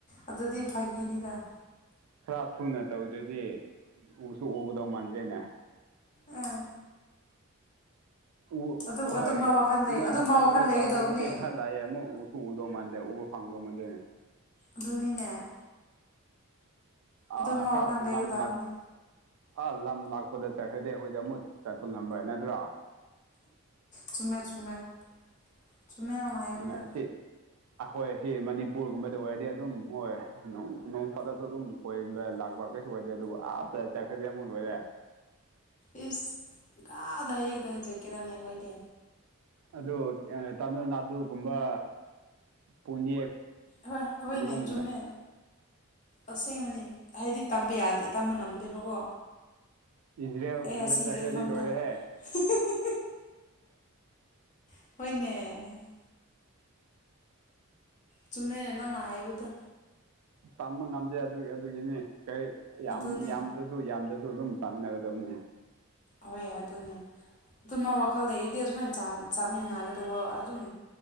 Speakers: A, on the left; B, on the right.
A: ꯑꯗꯨꯗꯤ ꯐꯥꯒꯤꯅꯤꯗ
B: ꯈꯔ ꯊꯨꯅ ꯇꯧꯗ꯭ꯔꯗꯤ ꯎꯁꯨ ꯎꯒꯗꯧ ꯃꯥꯟꯗꯦꯅꯦ
A: ꯑꯥ
B: ꯎ
A: ꯑꯗꯨ
B: ꯍꯣꯏ
A: ꯑꯗꯨꯒꯨꯝꯕ ꯋꯥꯈꯜ ꯂꯩ
B: ꯅꯣꯏꯅ
A: ꯑꯗꯨꯒꯨꯝꯕ
B: ꯊꯣꯡꯕ
A: ꯋꯥꯈꯜ ꯂꯩꯒꯗꯧꯕꯅꯦ
B: ꯆꯥꯕꯒꯨꯝꯕꯗꯤ ꯈꯟ ꯇꯥꯏꯌꯦ ꯑꯃꯨꯛ ꯎꯁꯨ ꯎꯗꯧ ꯃꯥꯟꯗꯦ ꯎꯕ ꯐꯪꯗꯧ ꯃꯥꯟꯗꯦ
A: ꯑꯗꯨꯅꯤꯅꯦ ꯑꯗꯨꯒꯨꯝꯕ
B: ꯑꯥ ꯈꯔ
A: ꯋꯥꯈꯜ ꯂꯩꯒꯗꯕꯅꯤ
B: ꯂꯝ ꯂꯛ ꯑꯥ ꯂꯝ ꯂꯥꯛꯄꯗ ꯆꯠꯈ꯭ꯔꯗꯤ ꯑꯈꯣꯏꯗꯤ ꯑꯃꯨꯠ ꯆꯠꯄ ꯉꯝꯔꯣꯏ ꯅꯠꯇ꯭ꯔꯣ
A: ꯆꯨꯝꯃꯦ ꯆꯨꯝꯃꯦ ꯆꯨꯝꯃꯦ ꯍꯥꯏꯕꯗꯣ
B: ꯅ ꯁꯤ ꯑꯈꯣꯏ ꯁꯤ ꯃꯅꯤꯄꯨꯔꯒꯨꯝꯕꯗ ꯑꯣꯏꯔꯗꯤ ꯑꯗꯨꯝ ꯀꯣꯏ ꯅꯣꯡ ꯐꯥꯗꯣꯛꯁꯨ ꯑꯗꯨꯝ ꯀꯣꯢꯕ ꯂꯥꯛꯄ ꯀꯩꯁꯨ ꯀꯥꯏꯗꯦ ꯑꯗꯨꯕꯨ ꯑꯥꯗ ꯆꯠꯈ꯭ꯔꯗꯤ ꯑꯃꯨꯛ ꯂꯣꯏꯔꯦ
A: ꯏꯁ ꯀꯥ ꯗꯥꯏ ꯀꯗꯥꯏ ꯆꯠꯀꯦꯔꯅꯦ ꯑꯈꯣꯢꯗꯤ
B: ꯑꯗꯨ ꯑꯥ ꯇꯥꯃꯤꯜꯅꯥꯗꯨꯒꯨꯝꯕ ꯄꯨꯅꯦ
A: ꯍꯣꯏ ꯍꯣꯏꯅꯦ
B: ꯔꯣꯝꯒꯨꯝꯕ
A: ꯆꯨꯝꯃꯦ ꯑꯁꯦꯡꯕꯅꯦ ꯍꯥꯏꯗꯤ ꯇꯝꯕ ꯌꯥꯗꯦ ꯇꯝꯕ ꯉꯝꯗꯦꯕꯀꯣ
B: ꯏꯖ꯭ꯔꯦꯜꯒꯨꯝꯕꯗ
A: ꯑꯦ ꯑꯁꯤꯒꯤ
B: ꯆꯠꯈ꯭ꯔꯗꯤ
A: ꯂꯩꯐꯝꯗ
B: ꯂꯣꯏꯔꯦꯍꯦ
A: <unintelligible> ꯍꯣꯏꯅꯦ ꯆꯨꯝꯃꯦꯅꯦ ꯅꯪꯅ ꯍꯥꯏꯕꯗꯣ
B: ꯇꯝꯕ ꯉꯝꯗꯦ ꯑꯗꯨ ꯑꯗꯨꯒꯤꯅꯤ ꯀꯔꯤ ꯌꯥꯝ
A: ꯑꯗꯨꯅꯦ
B: ꯌꯥꯝ ꯗ꯭ꯔꯁꯨ ꯌꯥꯝꯗ꯭ꯔꯁꯨ ꯑꯗꯨꯝ ꯆꯥꯃꯤꯟꯅꯒꯗꯕꯅꯤꯍꯦ
A: ꯍꯣꯏ ꯑꯗꯨꯅꯦ ꯑꯗꯨꯝꯃ ꯋꯥꯈꯜ ꯂꯩꯔꯗꯤ ꯑꯁꯨꯃꯥꯏꯟ ꯆꯥ ꯆꯥꯃꯤꯟꯅꯒꯗꯧꯕ ꯑꯗꯨꯝ